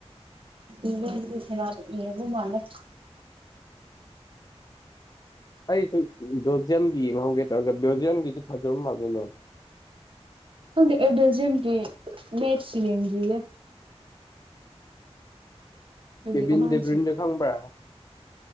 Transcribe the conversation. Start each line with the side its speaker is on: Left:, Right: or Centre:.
Right: <unintelligible> ꯌꯦꯡꯕ ꯃꯥꯜꯂꯦ
Left: ꯑꯩꯁꯨ ꯕꯦꯜꯖꯤꯌꯝꯒꯤ ꯌꯦꯡꯍꯧꯒꯦ ꯇꯧꯔꯒ ꯕꯦꯜꯖꯤꯌꯝꯒꯤꯗꯤ ꯐꯖꯕ ꯃꯥꯥꯜꯂꯦꯅꯦ
Right: ꯈꯪꯗꯦ ꯑꯩ ꯕꯦꯜꯖꯤꯌꯝꯒꯤ ꯃꯦꯠꯁ ꯌꯦꯡꯗ꯭ꯔꯤꯌꯦ ꯗꯨꯒꯤ
Left: ꯀꯦꯕꯤꯟ
Right: ꯀꯃꯥꯏ
Left: ꯗꯦꯕ꯭ꯔꯤꯟꯗꯣ ꯈꯪꯕ꯭ꯔꯥ